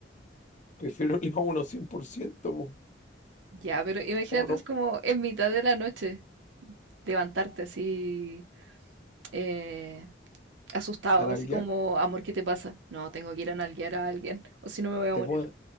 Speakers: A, on the left; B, on the right.
A: Prefiero <laughs> el a uno 100% po.
B: Ya, pero imagínate,
A: ¿Cómo no?
B: es como en mitad de la noche levantarte así eh, asustado,
A: ¿Analguear?
B: así como, amor, ¿qué te pasa? No, tengo que ir a nalguear a alguien, o si no me voy a
A: ¿Te
B: morir.
A: puedo...